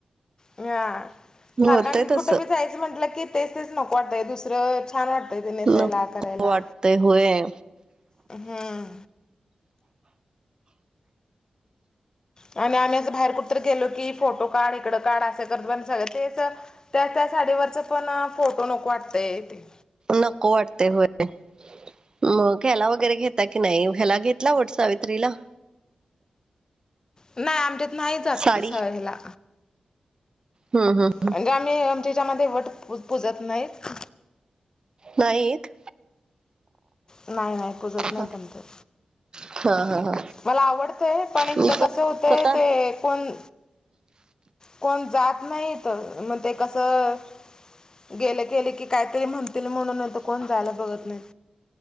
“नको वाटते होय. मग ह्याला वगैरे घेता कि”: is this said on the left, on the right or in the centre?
Right